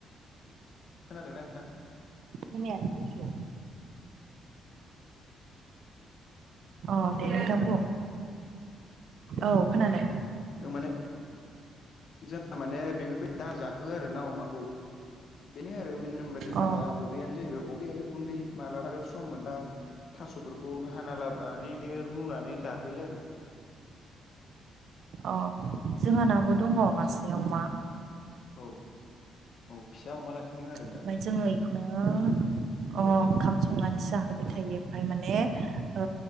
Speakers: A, on the left; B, on the right.
A: खोनादों ना नोंथां?
B: बेनिसो अ दे
A: हेलौ
B: नोंथां औ खोनादों
A: माने जोंङो माने बेफोरबायदि दाजाहो आरो ना अमाखौ। बेनो आरो म होनबा जोंहा
B: अ
A: दा अफयानो जाहैबाय अफारि गुन्दै मालाबफोर सम मोनबा। थास'फोरखौ हाना लाबोनानै बे रुनानै जाहोयो आरो।
B: अ जोंहाानाबो दङ मासेयाव मा
A: औ औ फिसा अमा लाखिदों आरो
B: ओमफ्राय
A: दा
B: जोङो बेखौनो ओंखाम
A: औ
B: संनानैसो जाहोबाय थायो ओमफाय माने ओ